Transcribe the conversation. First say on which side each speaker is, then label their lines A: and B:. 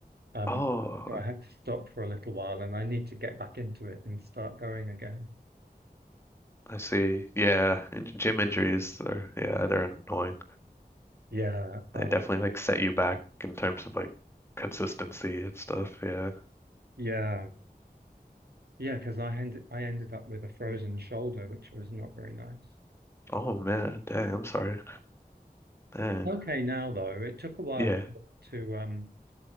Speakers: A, on the right; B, on the left.
A: um,
B: Oh,
A: so I had to stop for a little while, and I need to get back into it and start going again.
B: I see. Yeah, and gym injuries are yeah, they're annoying.
A: Yeah, um,
B: They definitely like set you back in terms of like consistency and stuff. Yeah.
A: yeah, yeah. Because I ended I ended up with a frozen shoulder, which was not very nice.
B: Oh man, dang, I'm sorry. Dang.
A: It's okay now, though. It took a while
B: Yeah.
A: to um